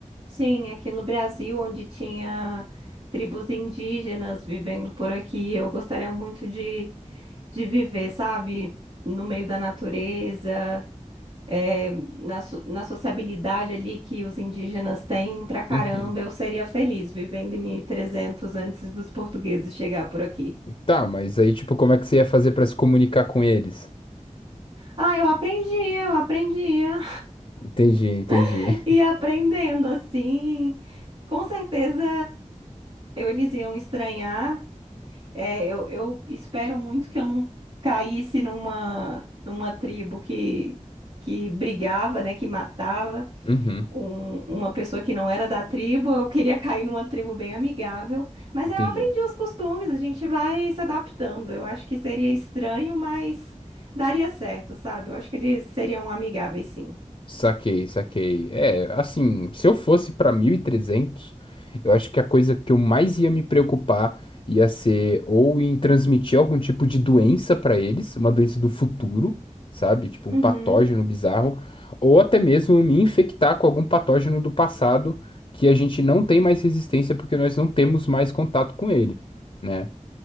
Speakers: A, on the right; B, on the left.
A: Sim, aqui no Brasil, onde tinha tribos indígenas vivendo por aqui, eu gostaria muito de, de viver, sabe? No meio da natureza, é, na, so- na sociabilidade ali que os indígenas têm pra caramba,
B: Uhum.
A: eu seria feliz vivendo em 1300 antes dos portugueses chegar por aqui.
B: Tá, mas aí, tipo, como é que você ia fazer pra se comunicar com eles?
A: Ah, eu aprendia, eu aprendia
B: Entendi, entendi.
A: <laughs>
B: <laughs>
A: e aprendendo assim, com certeza eu, eles iam estranhar. É, eu, eu espero muito que eu não caísse numa, numa tribo que, que brigava, né, que matava
B: Uhum,
A: um- uma pessoa que não era da tribo. Eu queria cair numa tribo bem amigável, mas
B: entendi.
A: eu aprendi os costumes, a gente vai se adaptando. Eu acho que seria estranho, mas daria certo, sabe? Eu acho que eles seriam amigáveis, sim.
B: Saquei, saquei. É, assim, se eu fosse para 1300 eu acho que a coisa que eu mais ia me preocupar ia ser ou em transmitir algum tipo de doença para eles, uma doença do futuro, sabe? Tipo um
A: Uhum,
B: patógeno bizarro, ou até mesmo me infectar com algum patógeno do passado que a gente não tem mais resistência porque nós não temos mais contato com ele, né?